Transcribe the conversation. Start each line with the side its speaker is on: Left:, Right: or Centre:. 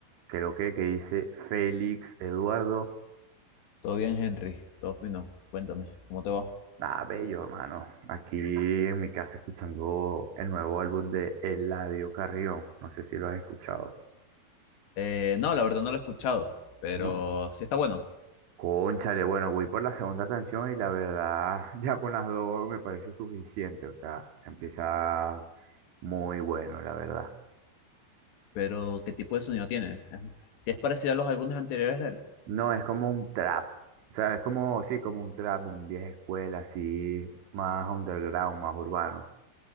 Right: Creo que, que dice Félix Eduardo.
Left: Todo bien, Henry, todo fino. Cuéntame, ¿cómo te va?
Right: Ah, bello, hermano. Aquí en mi casa escuchando el nuevo álbum de Eladio Carrión. No sé si lo has escuchado.
Left: Eh, no, la verdad no lo he escuchado, pero
Right: No.
Left: sí está bueno.
Right: Cónchale, bueno, voy por la segunda canción y la verdad, <laughs> ya con las dos me parece suficiente. O sea, empieza muy bueno, la verdad.
Left: Pero, ¿qué tipo de sonido tiene? Si es parecido a los álbumes anteriores de él.
Right: No, es como un trap. O sea, es como, sí, como un trap, un vieja escuela, así, más underground, más urbano.